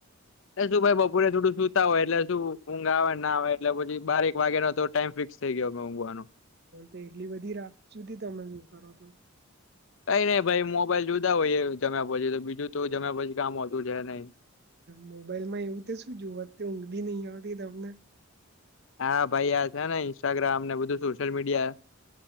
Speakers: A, on the left; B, on the right.
A: એ શું ભાઈ બપોરે થોડું સુતા હોય એટલે શું ઊંઘ આવે નાઆવે એટલે પછી બાર‌એક વાગ્યાનો ટાઈમ ફિક્સ -ક્સ થઈ ગયો મેઊંઘવાનો
B: હ તો એટલી બધી રાત સુધી તમે શું કરો તો
A: કંઈ નઈ ભાઈ મોબાઈલ જુતા હોય જમ્યા પછી તો બીજું તો જમ્યા પછી કામ હોતું છે નઈ
B: મોબાઈલમાં એવું તે શું જોવતે ઊંઘય નહી આવતી તમને
A: હા ભાઈ આ છે ને ઇન્સ્ટાગ્રામને બધું સોશિયલ મીડિયા